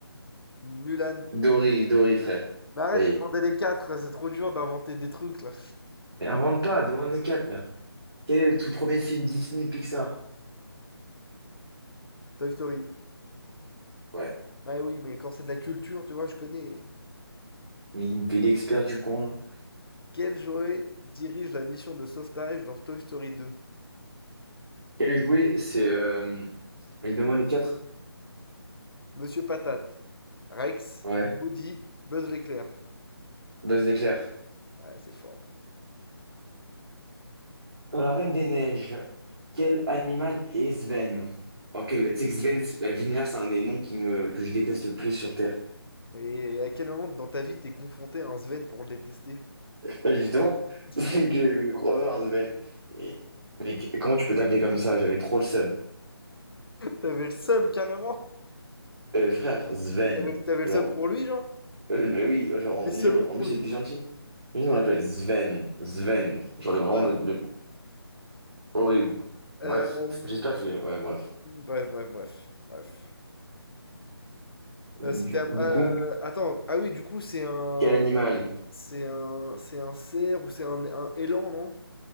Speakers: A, on the left; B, on the right.
A: Mulan.
B: Dory, Dory, frère.
A: Mais arrête
B: Ça y
A: de
B: est.
A: demander les quatre, c'est trop dur d'inventer des trucs là.
B: Mais invente pas, demande les quatre, là. Quel est le tout premier film Disney Pixar?
A: Toy Story.
B: Ouais.
A: Bah oui, mais quand c'est de la culture, tu vois, je connais.
B: Mais il me fait l'expert du coin, là.
A: Quel Joey dirige la mission de sauvetage dans Toy Story 2?
B: Quel jouet? C'est. Euh... Allez, donne-moi les quatre.
A: Monsieur Patate, Rex,
B: Ouais.
A: Woody, Buzz l'éclair.
B: Buzz d'éclair.
A: Ouais, c'est fort.
B: Dans la Reine des Neiges, quel animal est Sven? En quel... Tu sais que Sven, c'est- la vénère, c'est un des noms qui me... que je déteste le plus sur Terre.
A: Mais à quel moment dans ta vie t'es confronté à un Sven pour le détester?
B: Bah, justement, <laughs>
A: <laughs>
B: c'est que j'ai croisé un Sven. Et... Mais qu- comment tu peux t'appeler comme ça? J'avais trop le seum.
A: T'avais le seum carrément?
B: Euh, frère, Sven.
A: Mais T'avais t'avais
B: Genre,
A: le seum pour lui, genre?
B: euh, bah oui, genre,
A: t'es semé
B: on- en
A: pour
B: plus,
A: lui.
B: il était gentil. Lui, on l'appelle Sven. Sven. Genre, le- vraiment
A: Bref.
B: le, Horrible.
A: Euh,
B: Bref, j'espère que... Ouais, bref.
A: Bref, bref, bref, bref.
B: Du,
A: Euh, c'était ap-
B: du
A: euh,
B: coup,
A: attends, ah oui, du coup, c'est un
B: quel animal?
A: c'est un c'est un cerf ou c'est un, un élan, non?